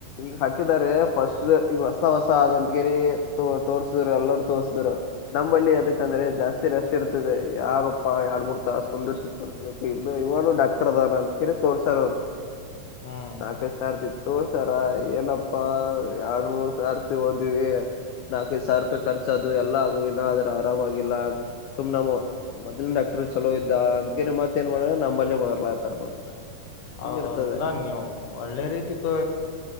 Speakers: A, on the left; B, on the left.
A: ಈಗ ಹಾಕಿದ್ದಾರೆ ಫಸ್ಟ್ ಈಗ ಹೊಸ ಹೊಸ ಆದ ಅಂತ ಕೇಳರಿ ತೋ ತೋರ್ಸಿದ್ರು ಎಲ್ಲರೂ ತೋರ್ಸಿದ್ರು ನಂಬಲ್ಲಿ ಅದಕಂದ್ರೆ ಜಾಸ್ತಿ ರಶ್ ಇರ್ತದೆ ಯಗಪ್ಪಾ ಎರಡ್ ಮೂರ್ ತ ಕುಂದಿರ್ಸಿ ತೋರ್ಸಕ್ ಇ ಇವನು ಡಾಕ್ಟರ್ ದಾನ ಅಂತ ಕೇಳರಿ ತೋರ್ಸಾರ ಅವ್ರು
B: ಹ್ಮ್
A: ನಾಲ್ಕೈ ಸಾರ್ದ ತೋರ್ಸಾರ ಏನಪ್ಪಾ ಯ್ಮೋಸ್ಟ್ ಸತಿ ಹೋದ್ವಿ ನಾಲ್ಕೈದು ಸಾವಿರ ರೂಪಾಯಿ ಖರ್ಚ ಅದು ಎಲ್ಲ ಅದು ಇಏ ಆದ್ರ ಆರಾಮಾಗಿಲ್ಲ ಸುಮ್ ನಮ್ಮ ಮೊದ್ಕ್ಟ್ರ ಚಲೋ ಇದ್ದ ಅಂತಕಿ ಮತ್ತ ಏನ್ ಮಾಡ ನಂಬಲ್ಲಿ ಬರ್ಲತಾರ ಮತ್ತ
B: ಹೌದೌದು
A: ಹಿಂಗಿರ್ತದೆ
B: ಇಲ್ಲ ನೀವು ಒಳ್ಳೆ ರೀತಿತ್ತು